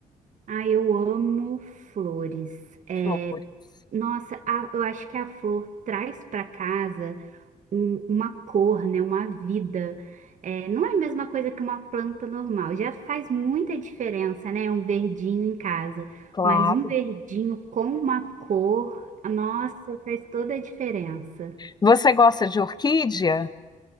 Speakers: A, on the right; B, on the left.
A: Ah, eu amo flores. É,
B: Flores,
A: nossa, a- eu acho que a flor traz para casa. um- uma cor, né, uma vida. É, não é a mesma coisa que uma planta normal. Já faz muita diferença, né, um verdinho em casa.
B: claro.
A: Mas um verdinho com uma cor, nossa, faz toda a diferença.
B: Você gosta de orquídea?